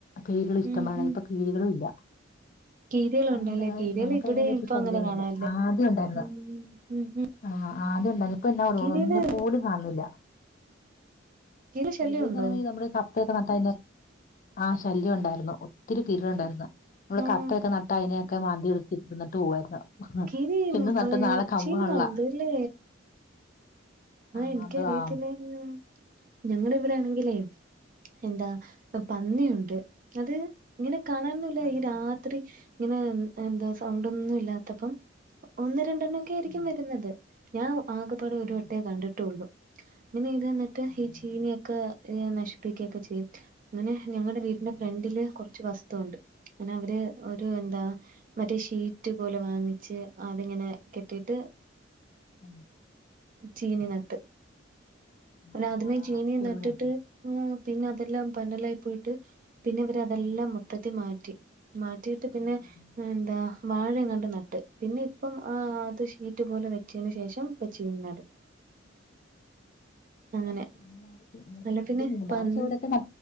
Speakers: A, on the left; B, on the right.
A: കീരിൾ ഇഷ്ടമാര്
B: ഉം ഉം
A: കീരീകളുംല്ല.
B: കീരികളുണ്ടല്ലേ
A: അതുന്തെ
B: കീരികൾ
A: നമുക്ക്
B: ഇവിടെ
A: അങ്ങനെപ്പ
B: ഇപ്പൊ
A: ശല്യംവൊന്നുല്ല
B: അങ്ങനെ കാണാനില്ല
A: ആദ്യംണ്ടായിരുന്നു
B: ഉം ഉം ഉം
A: ആഹ് അദ്യണ്ടയ് ഇപ്പൊ എന്നോടൊ
B: കീരികള്
A: ഒന്നിനെപോലും കാണുന്നില്ല.
B: കീരിടെ ശല്യം
A: ഇത് ന്ന്
B: ഉണ്ടോ
A: പറയുമ നമ്മുടെ കപ്പയൊക്കെ നട്ടെയ്ഞാ ആഹ് ശല്യംണ്ടായിരുന്നു ഒത്തിരി കിരെള ണ്ടായിര്ന്ന് നമ്മള്
B: ആഹ്
A: കത്തയൊക്കെ നട്ട് അതിനൊക്കെ മാന്തി എടുത്തി ഇന്നിട്ട് പോവായിരുന്നു.
B: കീരി
A: ഇന്ന് നട്ട് നാളെ <unintelligible>
B: ചീനി മാന്തൂരില് ആഹ് ഇൻക്കറിയത്തില്ലായിരുന്നു.
A: മാന്തു ആഹ്
B: ഞങ്ങളെവിടെ ആണെങ്കിലേ എന്താ പന്നിയുണ്ട് അത് ഇങ്ങനെ കാണാനുന്നില്ല
A: ആഹ്
B: ഈ
A: ആഹ്
B: രാത്രി
A: ആഹ്
B: ഇങ്ങനെ എന്തോ സൗണ്ട് ഒന്നും ഇല്ലാത്തപ്പം ഒന്ന് രണ്ടെണ്ണം ഒക്കെ ആയിരിക്കും
A: ഉം
B: വരുന്നത്. ഞാൻ ആകപാടെ ഒരു വട്ടേ
A: ആഹ്
B: കണ്ട്ട്ടുള്ളു. ഇനി ഇത് തിന്നിട്ട്
A: അതെല്ലേ
B: ഈ ചീനിയൊക്കെ നശിപ്പിക്കെയൊക്കെ ചെയ്യും ങ്ങനെ ഞങ്ങടെ വീടിന്റെ
A: ഉം
B: ഫ്രണ്ടില് കൊറച്ച് വസ് ത്തോണ്ട് പിന്നെ അവര് ഒരു എന്താ മറ്റേ ഷീറ്റ് പോലെ വാങ്ങിച്ച് അതിങ്ങനെ കെട്ടിട്ട്
A: ഉം
B: ചീഞ്ഞി നട്ട് പിന്നെ
A: ആഹ്
B: ആദ്യമേ
A: ആഹ്
B: ചീനി
A: അതൊക്കെ
B: നട്ടിട്ട്
A: എവിടെ ഇരിക്കും
B: ആ പിന്നെ അതെല്ലാം പന്നലായി പോയിട്ട് പിന്നെവരെതെല്ലാം
A: ആഹ്
B: മൊത്തത്തി മാറ്റി മാറ്റിയിട്ട് പിന്നെ
A: ഉം ഉം
B: എന്താ വാഴങ്ങണ്ട് നട്ട് പിന്നെ ഇപ്പം അത് ഷീറ്റ് പോലെ വെച്ചേന് ശേഷം ഇപ്പ ചീഞ്ഞി നടും.
A: ഇത്
B: അങ്ങനെ അല്ല പിന്നെ
A: മൂന്നാല്
B: പന്നി
A: ചൊവടൊയൊക്കെ ന